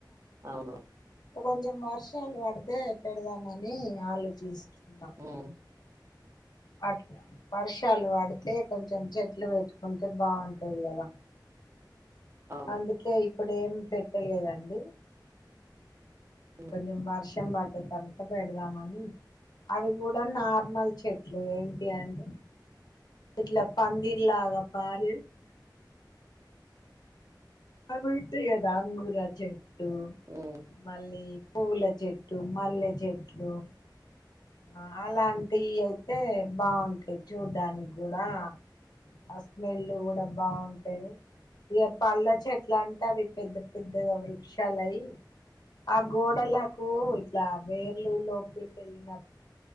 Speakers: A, on the right; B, on the left.
A: అవును
B: కొంచెం వర్షాలు పడితే పెడదామని ఆలోచిస్తున్నాం
A: ఉమ్
B: అట్లా వర్షాలు వాడితే కొంచెం చెట్లు పెట్టుకుంటే బాగుంటది కదా
A: అవునండి
B: అందుకే ఇప్పుడు ఏం పెట్టలేదండి
A: ఉమ్
B: కొంచెం వర్షం బటే తర్వాత పెడదామని అవి కూడా నార్మల్ చెట్లు ఏంటి అంటే ఇట్లా పందిలాగా పారు అబట అద అంగూర చెట్టు
A: ఉమ్
B: మళ్ళీ పూల చెట్టు మల్లె చెట్లు ఆ అలాంటివి అయితే బాగుంటాయి చూడ్డానికి కూడా ఆ స్మెల్ కూడా బాగుంటాది ఇక పల్ల చెట్ల అంటే అవి పెద్ద పెద్దగా వృక్షాలవి ఆ గోడలకు ఇట్లా వేర్లు లోపలిక వెళ్ళినప్పుడు